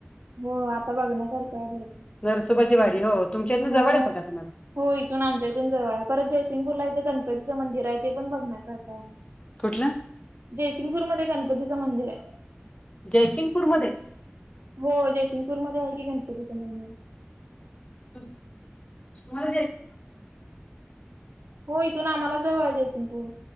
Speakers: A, on the right; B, on the left.
A: हो आता बघण्यासारखं आहे भर
B: नरसोबाची वाडी हो तुमच्या इतनं जवळ
A: न
B: आहे बघा तुम्हाला
A: हो इथून आमच्या इथून जवळ आहे. परत जयसिंगपूरला इथं गणपतीचं मंदिर आहे ते पण बघण्यासारखं आहे.
B: कुठला-
A: जयसिंगपूरमध्ये गणपतीचं मंदिर आहे.
B: जयसिंगपूरमध्ये-
A: हो जयसिंगपूरमध्ये आहे की गणपतीचं मंदिर-
B: <unintelligible>
A: हो इथून आम्हाला जवळ आहे जयसिंगपूर.